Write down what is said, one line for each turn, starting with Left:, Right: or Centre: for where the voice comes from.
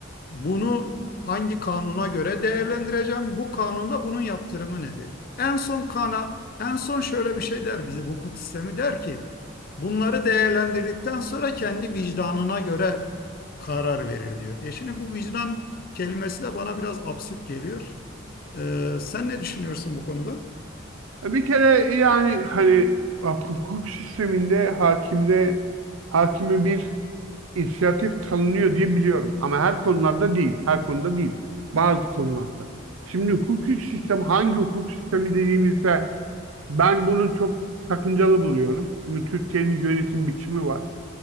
Left: bunu hangi kanuna göre değerlendireceğim? Bu kanunda bunun yaptırımı nedir? En son kana, en son şöyle bir şey der bizim hukuk sistemi der ki, bunları değerlendirdikten sonra kendi vicdanına göre karar verir diyor. E şimdi bu vicdan kelimesi de bana biraz absürt geliyor. Ee, sen ne düşünüyorsun bu konuda?
Right: E, Bir kere yani hani hak- hukuk sisteminde hakimde hakimi bir inisiyatif tanınıyor diye biliyorum. Ama her konularda değil. Her konuda değil. Bazı konularda. Şimdi hukuki sistem hangi hukuk sistemi dediğimizde ben bunu çok sakıncalı buluyorum. Çünkü Türkiye'nin yönetim biçimi var.